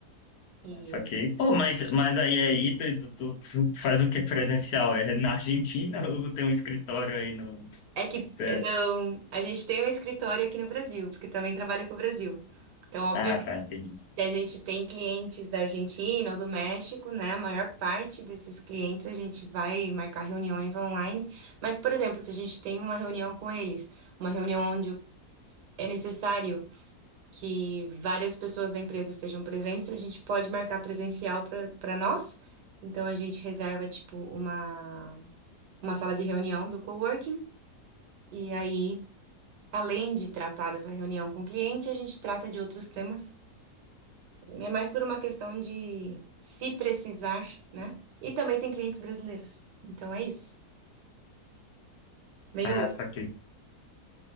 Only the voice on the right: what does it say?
E
é que,
não, a gente tem um escritório aqui no Brasil, porque também trabalha com o Brasil. Então, obviamente,
a gente tem clientes da Argentina ou do México, né? A maior parte desses clientes a gente vai marcar reuniões online. Mas, por exemplo, se a gente tem uma reunião com eles, uma reunião onde é necessário. que várias pessoas da empresa estejam presentes, a gente pode marcar presencial para para nós. Então a gente reserva tipo uma uma sala de reunião do coworking e aí além de tratar dessa reunião com o cliente, a gente trata de outros temas. É mais por uma questão de se precisar, né? E também tem clientes brasileiros. Então é isso. Meio
louco.